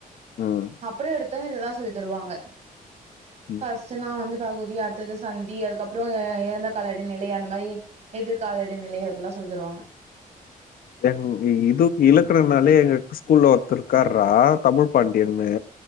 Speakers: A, on the left; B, on the right.
A: ம்,
B: அப்புற எடுத் தோன்னே இத தா சொல்லி தருவாங்க
A: ம்.
B: ஃபஸ் னா வந்து பகுதி அடுத்தது சந்தி அதுக்கப்ரோ ஏ ஏ ஏறந்த கால இடைநிலே அந்த மாரி எதிர்கால இடைநிலை அப்டி எல்லா சொல்லி தருவாங்க
A: என் இ இது இலக்கணனாலே எங்க ஸ்கூல்ல ஒருத்தர் இருக்கார்டா தமிழ் பாண்டியன்னு